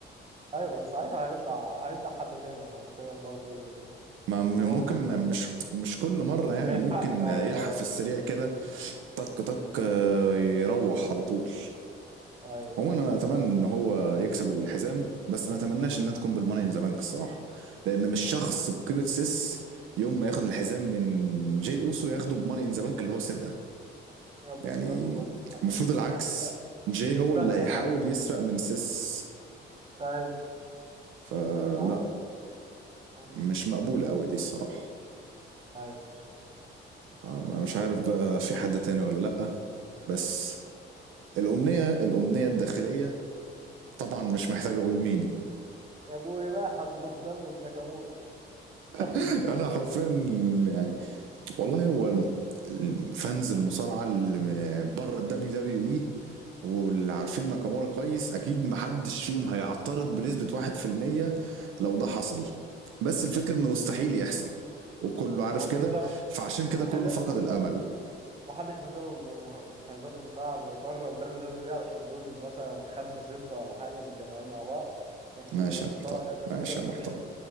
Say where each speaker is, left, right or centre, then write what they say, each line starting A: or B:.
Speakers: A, on the right; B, on the right.
A: ايوه بس ساعتها هيطلع هيطلع حد تاني حرفيا برضو ي-
B: ما م-
A: يبوظ
B: ممكن
A: الموضوع
B: ما مش
A: اصلا
B: مش كل مره يعني
A: ما يلحقش
B: ممكن
A: ايوه
B: آه، يلحق
A: ايوه
B: في
A: مش
B: السريع
A: كده
B: كده طق طق
A: أمم،
B: آه، يروح على طول
A: ايوه
B: عموما
A: ايوه
B: انا اتمنى ان هو يكسب الحزام بس ما اتمناش انها تكون بالماني ان ذا بانك الصراحه لان مش شخص بقيمه سيس يوم ما ياخد الحزام من جاي اوسو ياخده بماني ان ذا بانك اللي هو سرقه
A: يا بالظبط
B: يعني
A: برضو
B: المفروض العكس
A: مش مستاهله
B: جاي
A: مش مستاهله
B: هو اللي هيحاول
A: حرفيا
B: يسرق من سيس
A: ايوه
B: فلا
A: مش عارف أمم،
B: مش مقبولة قوي دي الصراحة
A: ايوه بالظبط
B: طب أنا مش عارف بقى في حد تاني ولا لأ بس الأمنية الأمنية الداخلية طبعا مش محتاج أقول مين
A: يا ابوي ما حد مهتم بناكامورا <laughs>
B: <laughs> أنا حرفيا يعني والله هو الم- الفانز المصارعة اللي بره ال دبليو دبليو اي واللي عارفين ناكامورا كويس اكيد محدش فيهم هيعترض بنسبة 1% لو ده حصل بس الفكرة انه مستحيل يحصل وكله عارف
A: ما هو
B: كده
A: بالظبط
B: فعشان
A: مستحيل
B: كده كله
A: يحصل
B: فقد الامل
A: محدش مهتم بمه- بفانزات المصارعة اللي بره ال WWE علشان دول مثلا خمسة ستة ولا حاجة متجمعين مع بعض ماشي
B: ماشي
A: هي المصارعة
B: يا محترم
A: هي
B: ماشي
A: ال WWE
B: يا محترم